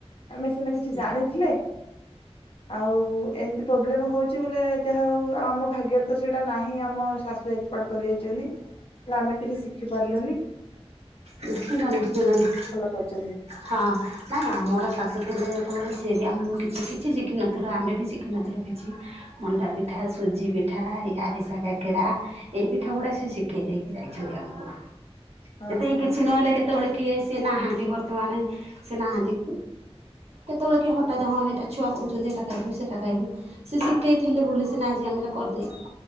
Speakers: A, on the left; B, on the right.
A: ଆମେ ସିନା
B: ନିଶ୍ଚିନ୍ତ
A: କିଛି ଜାଣିଥିଲେ ଆଉ ଏମିତି ପ୍ରୋବ୍ଲେମ ହଉଛି ବୋଲି ଯାହା ହଉ ଆମ ଭାଗ୍ୟରେ ତ ସେଇଟା ନାହିଁ ଆମ ଶାଶୁ ଏକ୍ପାର୍ଟ କରିଇଛନ୍ତି ହେ ଆମେ କିଛି ଶି ଲୁନି।
B: ନିଶ୍ଚିନ୍ତ ନିଶ୍ଚିନ୍ତ
A: କରିଛନ୍ତି
B: ହଁ ନାଇଁ ଆମର ଶାଶୁ ଥିଲେ ଯେତେବେଳେ ଯିଏ ବି ଆମକୁ କିଛି କିଛି ଶିଖିନଥିଲୁ ଆମେ ବି ଶିଖିନଥିଲୁ କିଛି ମଣ୍ଡାପିଠା ସୁଜି ପିଠା ଏ ଆରିସା କାକିରା ଏଇ ପିଠା ଗୁଡା ସେ ଶିଖେଇ ଦେଇକି ଯାଇଛନ୍ତି ଆମକୁ
A: ହଁ
B: କେ
A: ହଁ
B: କିଛି ନହେଲେ କେତେବେଳେ କିଏ ସିଏ ନାହାନ୍ତି ବର୍ତ୍ତମାନ ସେ ନାହାନ୍ତି କେତେବେଳେ କି ହଠାତ୍ ହଁ ଏଇଟା ଛୁଆ କହୁଛନ୍ତି ଏଟା ଖାଇବୁ ସେଟା ଖାଇବୁ ସେ ଶିଖେଇ ଥିଲେ ବୋଲି ସିନା ଆ ଆମର କରିଦେଇ